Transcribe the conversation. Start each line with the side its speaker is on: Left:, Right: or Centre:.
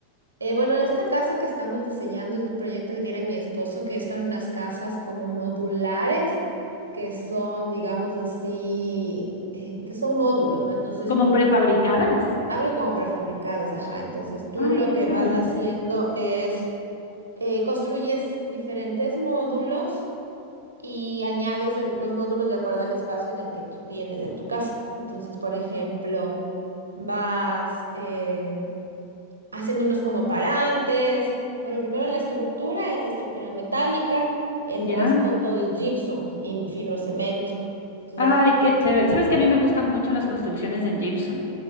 Right: Eh, bueno, esta casa que estamos diseñando es un proyecto que tiene mi esposo, que es para unas casas como modulares, que son, digamos así, eh, que son módulos, ¿no? Entonces
Left: ¿Como
Right: tú
Left: prefabricadas?
Right: Algo como prefabricadas, ajá. Entonces tú
Left: Ay,
Right: lo
Left: qué
Right: que
Left: chévere.
Right: vas haciendo es eh, construyes diferentes módulos y añades el- los módulos de acuerdo al espacio en el que tú tienes en tu casa. Entonces, por ejemplo, vas eh, haciendo unos como parantes. Bueno, primero la estructura es de estructura metálica, el
Left: ¿Ya?
Right: resto todo es gypsum y fibrocemento. Entonces,
Left: Ay,
Right: el-
Left: qué chévere. Sabes que a mí me gustan mucho las construcciones en gypsum.